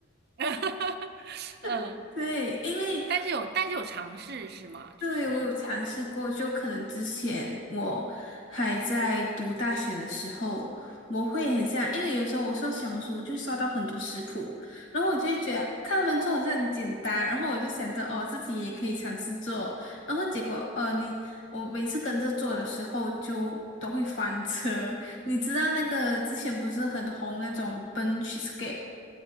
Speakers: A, on the right; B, on the left.
A: <laughs> 嗯，
B: <laughs> 对，因为
A: 但是有但是有尝试是吗？
B: 对我有尝试过，
A: 就是，
B: 就可能之前我还在读大学的时候，我会很像，因为有时候我刷小红书，我就刷到很多食谱，然后我就觉得看他们做好像很简单，然后我就想着哦，自己也可以尝试做，然后结果呃，你我每次跟着做的时候就都会翻车，你知道那个之前不是很红那种 Ben Cheesecake。